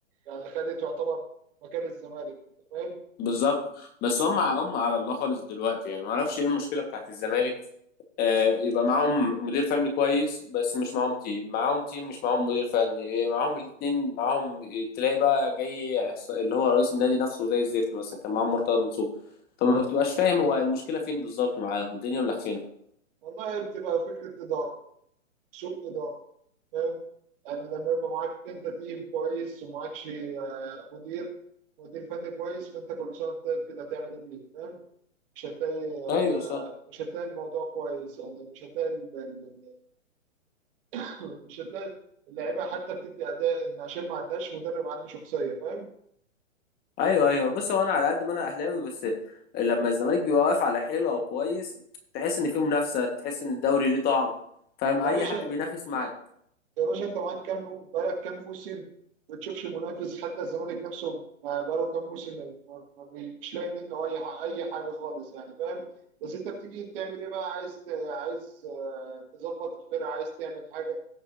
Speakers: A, on the right; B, on the left.
A: يعني خدت تعتبر مكان الزمالك انت فاهم
B: بالظبط بس هم هم على الله خالص دلوقتي يعني ما اعرفش ايه المشكله بتاعت الزمالك آه يبقى معاهم مدير فني كويس بس مش معاهم تيم معاهم تيم مش معاهم مدير فني إيه، معاهم الاتنين معاهم تلاقي بقى جاي عص- اللي هو رئيس النادي نفسه زي الزفت مثلا كان معاهم مرتضى منصور فما بتبقاش فاهم هو المشكله فين بالظبط معاهم الدنيا ملخفينه
A: والله بتبقى فكره اداره سوء اداره فاهم يعني لما يبقى معاك انت تيم كويس ومعاكش آه، مدير مدير فني كويس فانت كل سنه طيب كده هتعمل ايه بيه فاهم مش هتلاقي
B: ايوه صح
A: مش هتلاقي الموضوع كويس يعني مش هتلاقي ال- ال- ال- مش هتلاقي اللعيبه حتى بتدي اداء ان عشان ما عندهاش مدرب عنده شخصيه فاهم
B: ايوه ايوه بص هو انا على قد ما انا اهلاوي بس لما الزمالك بيبقى واقف على حلو او كويس تحس ان فيه منافسه تحس ان الدوري ليه طعم فاهم اي
A: يا باشا
B: حد بينافس معاك
A: يا باشا انت معاك كام يوم بقالك كام موسم ما بتشوفش منافس حتى الزمالك نفسه ما بقاله كام موسم ما- ما- ما بي- مش لاقي منه اي ح- اي حاجه خالص يعني فاهم بس انت بتيجي تعمل ايه بقى عايز ت- عايز آه، تظبط الفرقه عايز تعمل حاجه